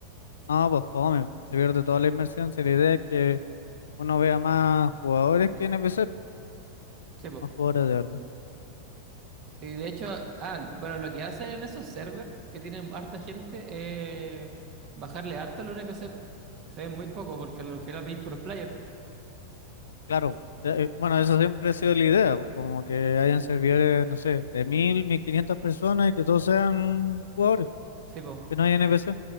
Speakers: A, on the left (about 65°); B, on the right (about 35°).
A: No, pues fome, se pierde toda la inmersión. Si la idea es que uno vea más jugadores que NPC,
B: Sí, pues.
A: más jugadores de verdad.
B: Y de hecho, ah, bueno, lo que hacen en esos servers que tienen harta gente es bajarle harto a los NPCs, po. Se ven muy poco porque al final veis puros players.
A: Claro, eh, bueno, eso siempre ha sido la idea, pues, como que hayan servidores, no sé, de mil, mil 1500 personas y que todos sean jugadores,
B: Sí, pues.
A: que no hay NPC.